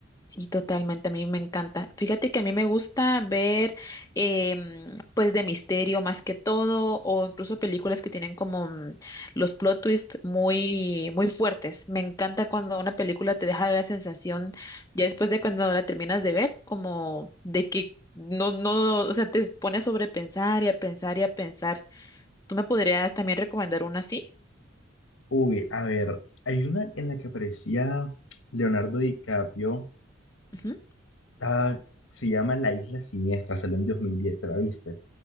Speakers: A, on the left; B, on the left.
A: Sí, totalmente, a mí me encanta. Fíjate que a mí me gusta ver, em, pues, de misterio más que todo, o incluso películas que tienen como mm, los plot twists muy, muy fuertes. Me encanta cuando una película te deja la sensación, ya después de cuando la terminas de ver, como de que no, no, o sea, te pone a sobrepensar y a pensar y a pensar. ¿Tú me podrías también recomendar una así?
B: Uy, a ver, hay una en la que aparecía Leonardo DiCaprio,
A: Ujú.
B: ah, se llama La Isla Siniestra, salió en 2010, ¿te la viste?